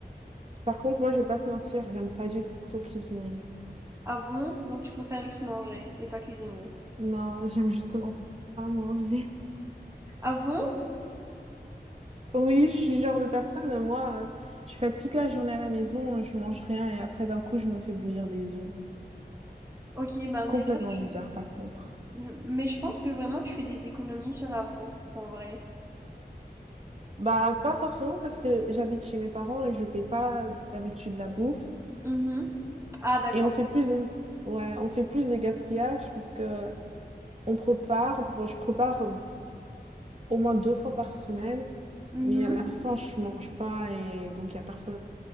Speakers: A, on the right; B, on the right.
A: Par contre, moi, je vais pas te mentir, j'aime pas du tout cuisiner.
B: Ah bon? Donc tu préfères juste manger et pas cuisiner.
A: Non, j'aime justement pas manger.
B: Ah bon?
A: Oui, je suis le genre de personne, euh, moi, euh, je fais toute la journée à la maison, euh, je mange rien et après, d'un coup, je me fais bouillir des œufs.
B: Ok, ben
A: Complètement
B: déjà,
A: bizarre, par contre.
B: je- mais je pense que vraiment tu fais des économies sur la bouffe en vrai.
A: Bah, pas forcément parce que j'habite chez mes parents et je paye pas d'habitude la bouffe.
B: Mhm. Ah d'accord.
A: Et on fait plus de... ouais, on fait plus de gaspillage parce que on prépare, bon, je prépare au moins deux fois par semaine,
B: Mhm.
A: mais à la fin, je mange pas et donc il y a personne